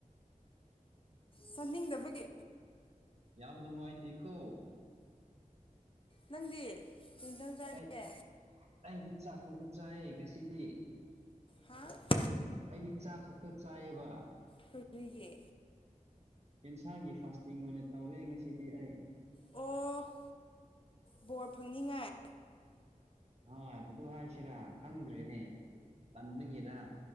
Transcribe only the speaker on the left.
ꯆꯅꯤꯡꯗꯕꯒꯤ
ꯅꯪꯗꯤ ꯀꯩ ꯏꯟꯖꯥꯡ ꯆꯥꯒꯦ
ꯍꯥꯥ
ꯀꯔꯤꯒꯤ
ꯑꯣ ꯕꯣꯔ ꯐꯪꯅꯤꯡꯉꯥꯏ